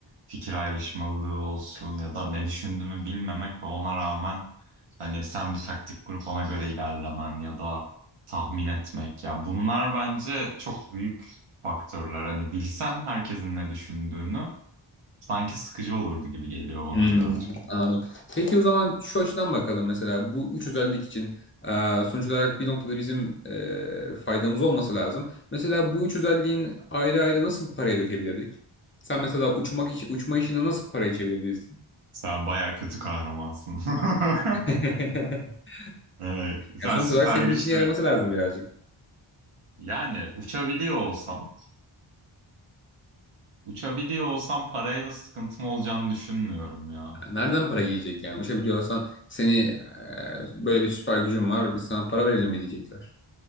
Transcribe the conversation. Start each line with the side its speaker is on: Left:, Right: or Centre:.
Right: fikir ayrışmalığı olsun ya da ne düşündüğünü bilmemek ve ona rağmen hani sen bir taktik kurup ona göre ilerlemen ya da tahmin etmek. Ya bunlar bence çok büyük faktörler. Hani bilsen herkesin ne düşündüğünü sanki sıkıcı olurdu gibi geliyor bana
Left: Hmm,
Right: birazcık.
Left: anladım. Peki o zaman şu açıdan bakalım mesela bu üç özellik için e, sonuç olarak bir noktada bizim e, faydamız olması lazım. Mesela bu üç özelliğin ayrı ayrı nasıl paraya dökebilirdik? Sen mesela uçmak iş, uçma işine nasıl parayı çevirebilirsin?
Right: Sen baya kötü kahramansın. <laughs>
Left: <laughs>
Right: Ee, sen
Left: Yani sonuç
Right: süper
Left: olarak senin
Right: güçleri...
Left: işine yaraması lazım birazcık.
Right: Yani uçabiliyor olsam, uçabiliyor olsam parayla sıkıntım olacağını düşünmüyorum ya.
Left: Yani Nereden para gelecek yani? Uçabiliyorsan seni e, böyle bir süper gücün var biz sana para verelim mi diyecekler.